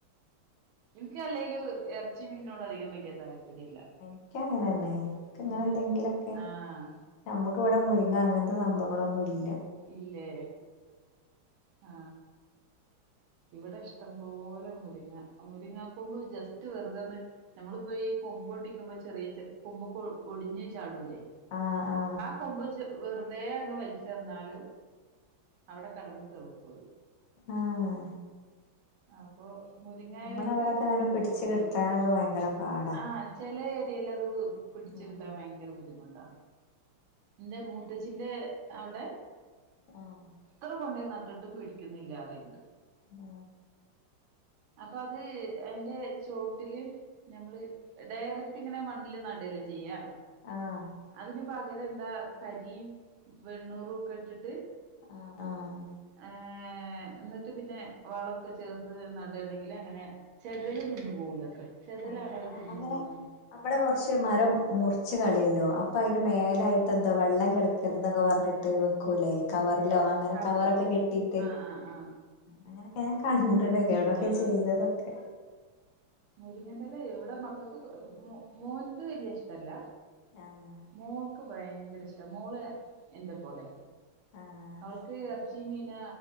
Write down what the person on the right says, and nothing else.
ഇൻക്ക് അല്ലേലും ഇറച്ചി മീനോട് അധികം വല്യ താല്പര്യം ഇല്ല
എനിക്ക്
ആഹ്
ഇല്ലേ ആ ഇവിടെ ഇഷ്ടം പോലെ മുരിങ്ങ മുരിങ്ങാ കൊമ്പ് ജസ്റ്റ് വെറുതൊന്ന് നമ്മള് പ്പോ യി കൊമ്പോട്ടിക്കുമ്പോ ചെറിയ ച കൊമ്പൊക്കെ ഒടിഞ്ഞ് ചാടൂ ല്ലേ
കൊമ്പ് ചെ വെറുതെ അങ്ങ് വലിച്ചെർഞ്ഞാലും അവ്ടെ കെടന്ന് തെള്ക്കും അത്
അപ്പൊ മുരിങ്ങയലക്ക്
ബുദ്ധിമുട്ടില്ല
ആ ചെലേ <unintelligible> പിടിച്ച്
കിട്ടാൻ ഭയങ്കര ബുദ്ധിമുട്ടാ ന്റെ മൂ ത്തച്ചിന്റെ അവ്ടെ
എത്ര കൊണ്ടോയിനട്ടിട്ടും പിടിക്കിന്നില്ലാ റിണ്ട്.
അപ്പൊ അത് അയ്ന്റെ ചോട്ടില് ഞമ്മള് ഡയറക്റ്റ് ങ്ങനെ മണ്ണില് നടെ ല്ലചെയ്യാ
അതിന് പകരെന്താ കരി വെണ്ണൂറൊക്കെ ഇട്ടിട്ട്.
ഏ ഏ എന്നിട്ട് പിന്നെ വളൊക്കെ ചേർത്ത് നടാണെങ്കി അങ്ങനെ ചെതൽ തിന്നു പോകൂലത്രേ ചെതലാണോ
അത്
തിന്നു
പോണ്
ആഹ്
ആഹ് കവറ്
ആഹ് ആഹ് ആഹ്
ആഹ്
ര്ങ്ങന്റെലെ ഇവിടെ മക്കക്ക് മോ മോൻക്ക് വ ല്ല്യ ഇഷ്ടല്ല
മോൾക്ക് ഭയങ്കര ഇഷ്ട മോള് എന്റെ പോലെ
അവക്ക് ഇറച്ചി മീന